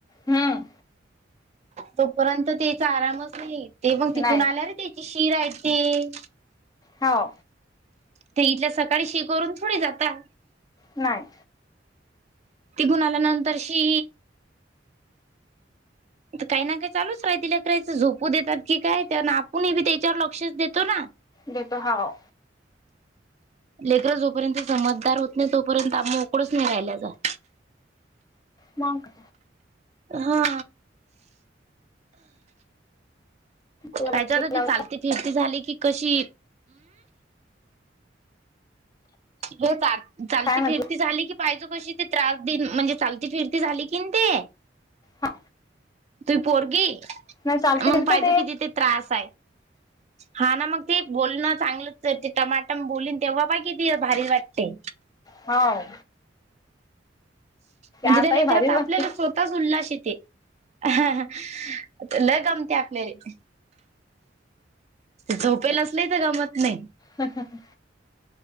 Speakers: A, on the left; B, on the right.
A: हम्म
B: तोपर्यंत तेचा आरामच नाही ते मग तिकून
A: नाही
B: आल्या रे त्याची शि रायची
A: हो.
B: ते इथल्या सकाळी शी करून थोडी जाता
A: नाही
B: तिघून आल्यानंतर शि काही ना काही चालूच राहितीला करायचं झोपू देतात की काय आपणही बी त्याच्यावर लक्षच देतो ना
A: देतो हाव
B: लेकर जोपर्यंत समजदार होत नाही तोपर्यंत आम् मोकळच नाही राहिला जा
A: म क
B: हा पाहिजे
A: काय
B: आता की चालती फिरती झाली की कशी हे चालती
A: म्हटलं
B: फिरती झाली की पाहिजो कशी ते त्रास दिन म्हणजे चालती फिरती झाली की ते
A: हा
B: तु पोरगी
A: नाही चालते
B: मग
A: फिरते
B: पाहिजे
A: ते
B: कि तिथे त्रास आहे हा ना मग ते बोलणं चांगलंच तर ते टमाटाम बोललीन तेव्हा बा कि ती भारी वाटते
A: होा
B: म्हणजे
A: आताही
B: ते लेकर
A: भारीच
B: तर
A: वाटते.
B: आपल्याला स्वतःच उल्हस येते हा ह ल गमती आकलेले ते झोपेल असले तर गामात नाही
A: हम हं हं